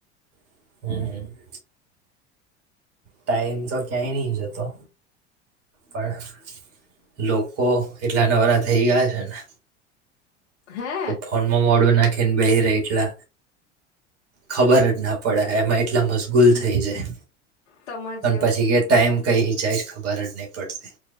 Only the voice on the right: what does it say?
હમ્મ. ટાઈમ તો ક્યાંય નહીં જતો. પણ લોકો એટલા નવરા થઈ ગયા છે ને.
ફોનમાં મોડું નાખીને બેહી રે એટલા. ખબર જ ના પડે એમાં એટલા મશગૂલ થઈ જાય.
અને
પછી કે ટાઈમ ટાઈમ કઈ રી જાય ખબર ન પડટી.